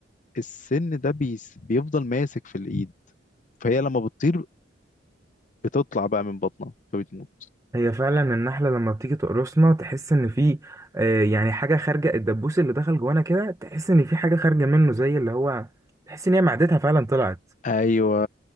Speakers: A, on the left (about 45°); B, on the right (about 15°).
A: السن ده بيس- بيفضل ماسك في الإيد فهي لما بتطير بتطلع بقى من بطنها فبتموت
B: هي فعلا النحلة لما بتيجي تقرصنا تحس ان في آه، يعني حاجة خارجة الدبوس اللي دخل جوانا كده تحس ان في حاجة خارجة منه زي اللي هو تحس ان هي معدتها فعلا طلعت
A: ايوه